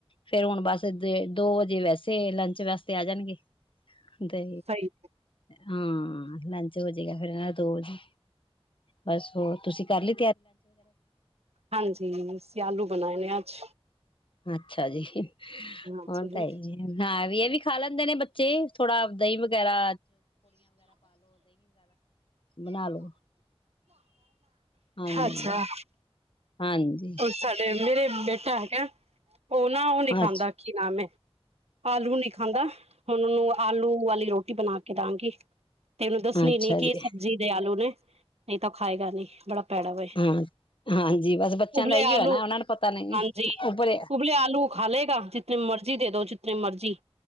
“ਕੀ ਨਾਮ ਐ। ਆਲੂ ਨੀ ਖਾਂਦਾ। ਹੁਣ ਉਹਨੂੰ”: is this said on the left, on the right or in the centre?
Right